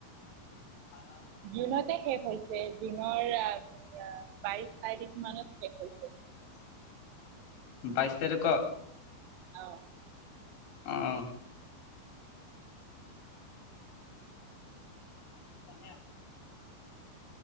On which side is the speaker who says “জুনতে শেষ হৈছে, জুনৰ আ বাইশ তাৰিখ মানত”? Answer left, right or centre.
Right